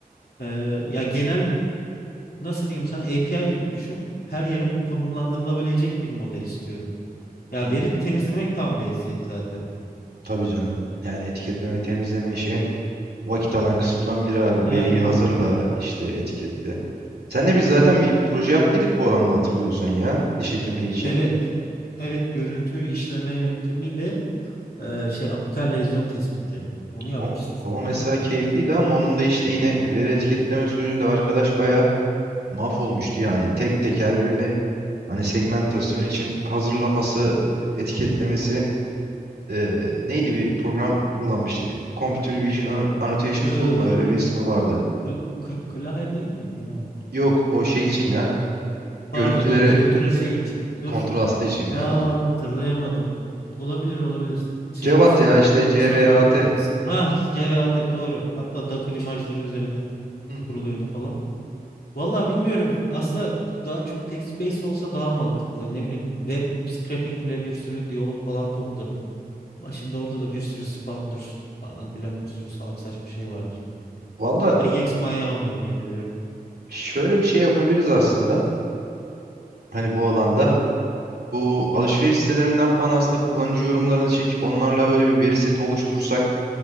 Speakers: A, on the left; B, on the right.
A: E, ya genel nasıl diyeyim sana API gibi düşün. Her yere konumlandırılabilecek bir model istiyorum. Ya
B: Hı.
A: veri temizlemek tam bir eziyet zaten.
B: Tabii canım. Yani etiketleme, ve temizleme işi en vakit alan kısımdan biri abi.
A: Aynen.
B: Veriyi hazırla işte etiketle. Senle biz zaten bir proje yaptıydık bu alanda hatırlıyorsan ya. Diş hekimliği için.
A: Evet. Evet, görüntü işleme yöntemiyle e, şey apikal lezyon tespiti. Onu yapmıştık
B: O, o
A: seninle.
B: mesela keyifliydi ama onun da işte yine veri etiketleme sürümünde arkadaş bayağı mahvolmuştu yani. Tek tek her birini hani segmentasyon için hazırlaması, etiketlemesi e, neydi bir program kullanmıştı. Computer Vision Anno- Annotation
A: Kıl,
B: Tool mu öyle bir ismi vardı.
A: kıl, kıl- kılahe değil miydi ya? o?
B: Yok o şey için ya.
A: Pardon
B: Görüntüleri
A: o görüntünün şey için. Dur.
B: kontrastı için
A: Aa
B: galiba.
A: hatırlayamadım. Olabilir olabilir. Şeyin
B: Cevat
A: fi-
B: ya işte
A: uygulamasını
B: CVAT.
A: hatırlıyorum. Ha CVAT doğru. Hatta Docker imajları üzerinde
B: Hı hı.
A: kuruluyordu falan. Vallahi bilmiyorum. Aslında daha çok text based olsa daha mantıklı. Ne bileyim web scraping ile bir sürü diyalog falan toplarım. Ama şimdi orada da bir sürü spamdır falan filan bir sürü salak saçma şey vardır.
B: Valla
A: Regex manyağı olurum yemin ediyorum.
B: şöyle bir şey yapabiliriz aslında. Hani bu alanda. Bu alışveriş sitelerinden falan aslında kullanıcı yorumlarını çekip onlarla böyle bir veri seti oluştursak